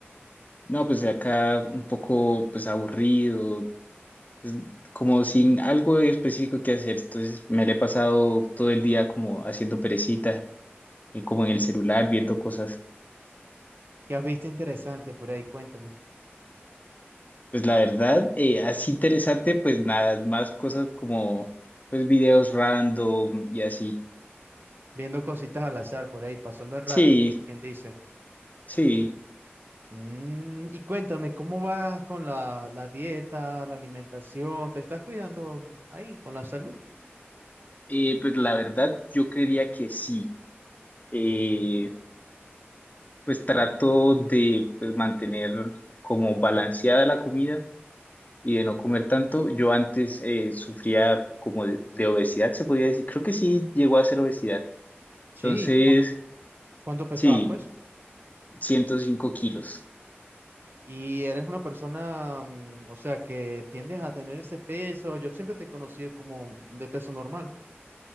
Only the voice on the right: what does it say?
Mm.
¿Qué has visto interesante por ahí? Cuéntame.
Viendo cositas al azar por ahí, pasando el rato,
como quien dice.
Mm, y cuéntame, ¿cómo vas con la, la dieta, la alimentación? ¿Te estás cuidando ahí con la salud?
Sí,
¿cu- ¿cuánto pesabas,
pues?
Y eres una persona, mm, o sea, que tiendes a tener ese peso. Yo siempre te he conocido como de peso normal.